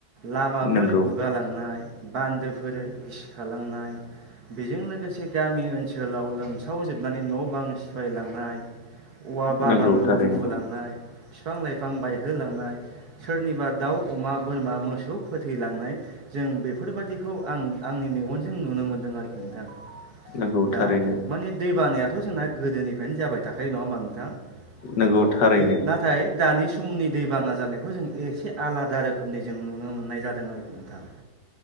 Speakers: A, on the right; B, on the left.
A: लामाफोर
B: नंगौ
A: गुगालांनाय बान्दोफोर गिसिखालांनाय बेजों लोगोसे गामि ओनसोलाव लोमसाव जोब नानै न' बां सिफायलांनाय औवा बागानखौ
B: नंगौ थारैनो
A: बुखु लांनाय बिफां लाइफां बायहोलांनाय सोरनिबा दाउ अमा बोरमा मोसौ फोथैलांनाय जों बेफोरबायदिखौ आं आंनि मेगनजों नु नुनो मोनदों आरोखि नोंथां
B: नंगौ
A: दा
B: थारैनो
A: माने दै बानायाथ' जोंना गोदोनिफ्रायनो जाबाय थाखायो नङा हबा नोंथां
B: नंगौ
A: औ
B: थारैनो
A: दै नाथाय दानि समनि दैबाना जानायखौ जों एसे आलादा रोखोमनि जों नुनो मोननाय जादों आरोखि नोंथां।